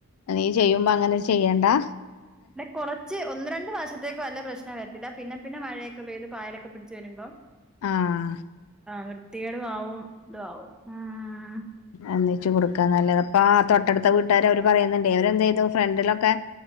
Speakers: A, on the left (about 75°); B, in the centre.
A: നീ ചെയ്യുമ്പോ അങ്ങനെ ചെയ്യേണ്ടാ
B: ന കൊർ ച്ച് ഒന്ന് രണ്ട് വർഷത്തേക്ക് വല്ല പ്രശ്നം വരത്തില്ല പിന്നെ പിന്നെ മഴയൊക്കെ പെയ്ത് പായലൊക്കെ പിടിച്ചച്ച് വരുമ്പോ
A: ആഹ്
B: വൃത്തികേടും ആവും ഇതും ആവും ആഹ്
A: എന്നച്ചു കൊടുക്കാ നല്ലത് അപ്പ ആ തൊട്ടടുത്ത വീട്ടുകാര് അവര് പറയുന്നുണ്ട് അവര്ന്ത് ചെയ്തു ഫ്രണ്ടിലൊക്കെ